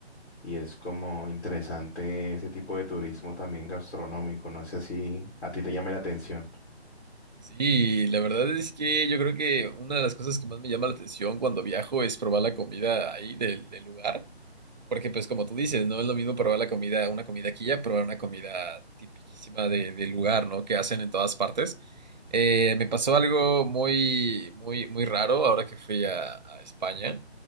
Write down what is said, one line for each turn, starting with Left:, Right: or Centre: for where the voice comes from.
Left: y es como interesante ese tipo de turismo también gastronómico. No sé si a ti te llame la atención.
Right: Sí, la verdad es que yo creo que una de las cosas que más me llama la atención cuando viajo es probar la comida ahí del, del lugar. Porque pues como tú dices, no es lo mismo probar la comida, una comida aquí ya, probar una comida tipiquísima de, del lugar, ¿no? Que hacen en todas partes. Eh, me pasó algo muy, muy, muy raro ahora que fui a, a España.